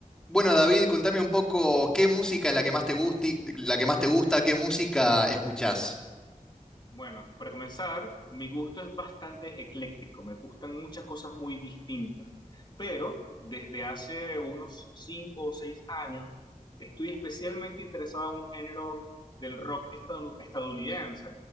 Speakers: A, in the centre; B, on the left (about 35°).
A: Bueno, David, contame un poco qué música es la que más te gusti- la que más te gusta, qué música escuchás.
B: Bueno, para comenzar, mi gusto es bastante ecléctico, me gustan muchas cosas muy distintas, pero desde hace unos cinco o seis años estoy especialmente interesado en un género del rock estadou- estadounidense